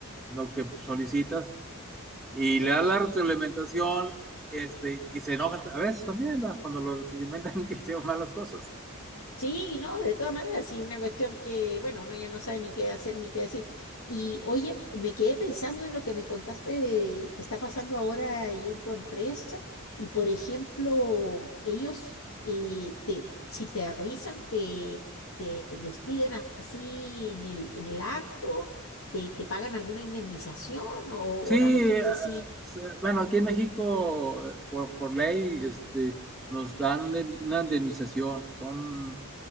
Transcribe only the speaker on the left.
sí,
Sí, no, de todas maneras, sí, una cuestión que, bueno, uno ya no sabe ni qué hacer ni qué decir. Y oye, me quedé pensando en lo que me contaste de que está pasando ahora ahí en tu empresa. Y por ejemplo, ellos, eh, te, si te avisan, te, te despiden a- así en el, en el acto, te, te pagan alguna indemnización o,
o la cuestión es
así.